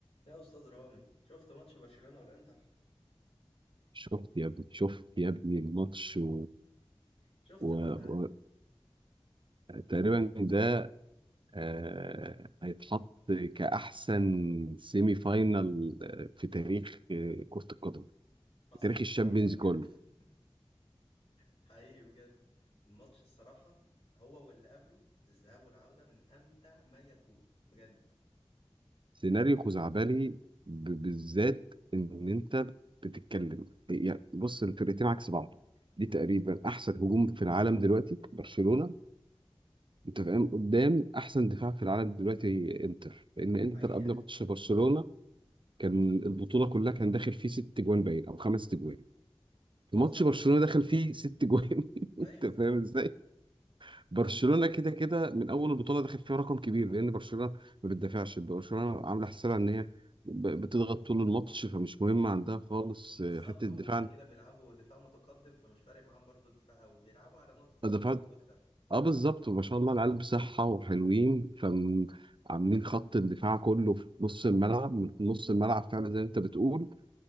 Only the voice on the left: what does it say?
يا استاذ رامي شفت ماتش برشلونة والانتر
شفت
المتعة
حصل
حقيقة بجد
<laughs> حقيقي بجد الماتش الصراحة هو واللي قبله الذهاب والعودة من امتع ما يكون بجد
حقيقة
صح
<laughs>
ايوه
بالظبط
وغير
كده بيلعبوا دفاع متقدم فمش فارق معاهم برضو الدفاع قوي بيلعبوا على نقطة الاوفسايد
اكتر